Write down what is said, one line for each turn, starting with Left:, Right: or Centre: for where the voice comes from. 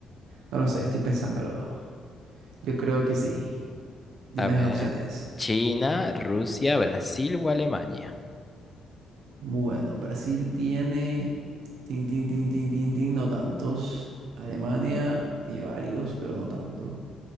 Right: No lo sé, estoy pensándolo. Yo creo que sí. Dime
Left: A ver.
Right: las opciones.
Left: China, Rusia, Brasil o Alemania.
Right: Bueno, Brasil tiene... Tin, tin, tin, tin, tin, tin, no tantos. Alemania tiene varios, pero no tantos.